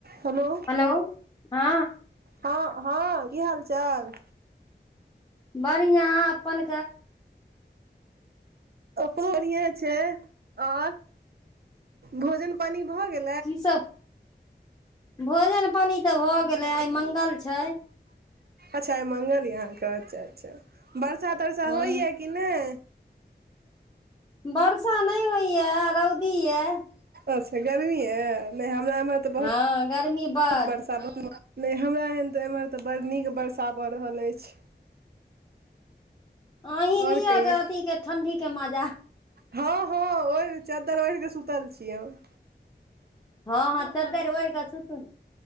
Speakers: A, on the right; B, on the left.
A: हेलो
B: हेल्लो हँ
A: हँ हँ की हाल चाल
B: बढ़िआँ अपने
A: बढ़ए छै आ भोजन पानी भऽ गेल
B: की सब भोजन पानि तऽ भऽ गेलै आइ मङगल छै
A: अच्छा मङ्गल य अहाँके अच्छा अच्छा वरषा तरसा
B: हँ
A: होइए कि नहि
B: वर्षा नहि होइ यए रौदी यए
A: अच्छा गर्मी य नहि हमरा एमे तऽ बहुत
B: हँ गर्मी बड
A: बहुत वर्षा बहुत नहि हमरा एहन तऽ एम्हर तऽ बड् नीक वर्षा भऽ रहल अछि
B: अही
A: आओर
B: लिअ
A: कहियौ
B: तऽ अथी के ठंडी के मजा
A: हँ हँ ओहि चादरि ओहि क सुतल छिऐ हम
B: हँ हँ चदर ओढ़िक सुतू